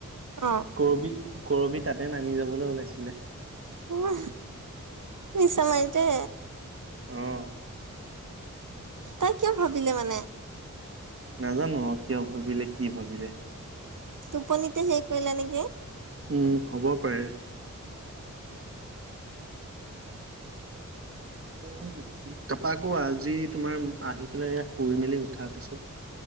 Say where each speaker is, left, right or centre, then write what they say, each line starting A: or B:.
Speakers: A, on the right; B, on the right.
A: অ
B: কবি কৰবি তাতে নামি যাবলৈ ওলাইছিলে।
A: অহ, মিছামাৰীতে।
B: উম,
A: তাই কিয় ভাবিলে মানে।
B: নাজানো কিয় ভাবিলে কি ভাবিলে।
A: তুপ নতিয়া সেই কলা নেকি।
B: উম, হ'ব পাৰে। উম, কপাকো আজ যি তোমাৰ আহি পেলাই শুই মেলি উঠাৰ পিছত।